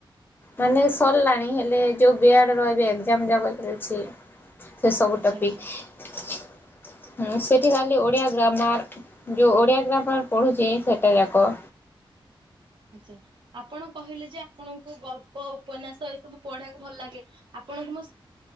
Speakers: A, on the left; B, on the right.
A: ମାନେ ସରିଲାଣି। ହେଲେ ଯୋଉ ବି ରହିବି। ଏକଯାମ୍ ଚାଲିୁଛି ସେ ସବୁ
B: ଆଚ୍ଛା
A: ଟପିକି।
B: ଆଚ୍ଛା
A: ହଁ ସେଠି କାଲି ଓଡିଆ ଗ୍ରାମାର୍ ଯୋଉ ଓଡିଆ ଗ୍ରାମାର୍ ପଢୁଛି ସେଟା ଯାକ।
B: ହ। ଆଛା ଆପଣ କହିଲେ ଯେ ଆପଣଙ୍କୁ ଗଳ୍ପ ଉପନ୍ୟାସ ଏସବୁ ପଢିବାକୁ ଭଲ ଲାଗେ। ଆପଣଙ୍କୁ ମ